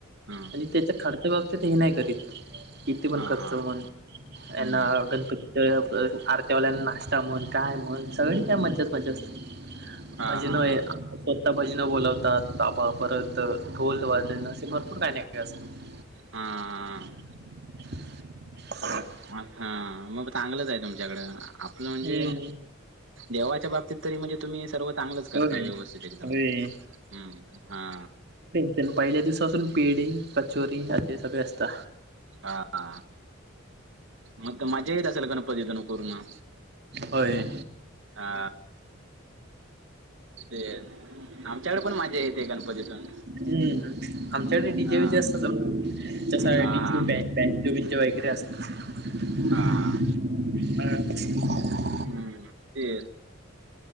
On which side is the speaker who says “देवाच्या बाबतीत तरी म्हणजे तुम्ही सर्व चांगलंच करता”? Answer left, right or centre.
Right